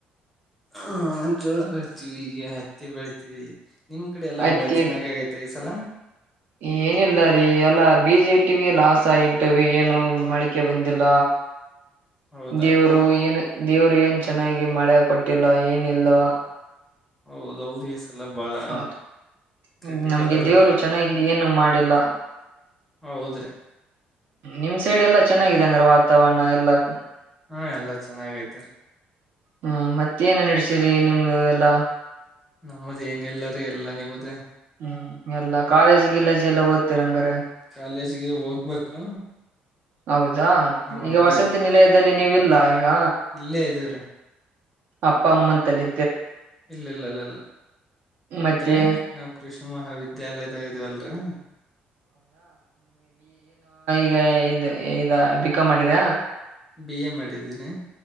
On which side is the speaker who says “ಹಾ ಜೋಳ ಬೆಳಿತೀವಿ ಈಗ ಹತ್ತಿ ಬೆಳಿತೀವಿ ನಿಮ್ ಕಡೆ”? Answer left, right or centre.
Centre